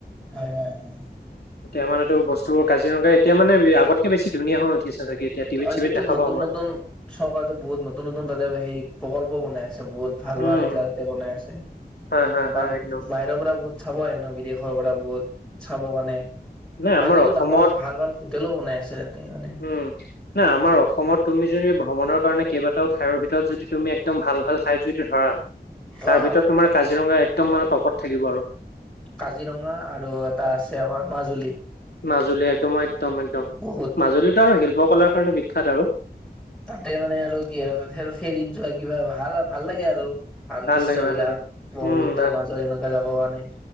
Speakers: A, in the centre; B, on the left.
A: হয় হয় হয়।
B: এতিয়া মানে ত বস্তুবোৰ কাজিৰঙা এতিয়া মানে আগতকে বেছি ধুনীয়া হৈ উঠিছে চাগে। এতিয়া টিভিত
A: অঁ'
B: চিভিত
A: এতিয়াতো
B: দেখা
A: নতুন
B: পাওঁ মই
A: নতুন চৰকাৰে বহুত নতুন নতুন তাতে হে প্ৰকল্প বনাই আছে বহুত। ভাল
B: উম
A: ভাল এতিয়া তাতে বনাই আছে।
B: হয় হয়
A: কাৰণ
B: হয় একদম
A: বাহিৰৰ পৰা বহুত- চাব আহে ন বিদেশৰ পৰা বহুত চাব কাৰণে
B: নাই
A: আৰু
B: আমাৰ
A: এতিয়াটো
B: অসমত
A: ডাঙৰ ভাল ভাল- হোটেলো বনাই আছে তাতে মানে।
B: উম' না আমাৰ অসমত তুমি যদি ভ্ৰমণৰ কাৰণে কেইবাটাও ঠাইৰ ভিতৰত যদি তুমি একদম ভাল ভাল ঠাইত যদি ধৰা- তাৰ
A: অ',
B: ভিতৰত তোমাৰ কাজিৰঙা একদম মানে টপত থাকিব আৰু।
A: কাজিৰঙা আৰু এটা আছে আমাৰ মাজুলী।
B: মাজুলী সেটো ময় একদম একদম,
A: বহুত
B: মাজুলীটো আৰু শিল্পকলাৰ কাৰণে বিখ্যাত আৰু।
A: তাতে মানে আৰু কি হয় হেল ফেৰীত যোৱা কিবা ভাল ভাল লাগে আৰু। ভাল দৃশ্যবিলাক
B: লাগে ভাল লাগে।
A: ব্ৰহ্মুপুত্ৰৰ
B: উম, ভাল
A: মাজত এনেকে যাব কাৰনে।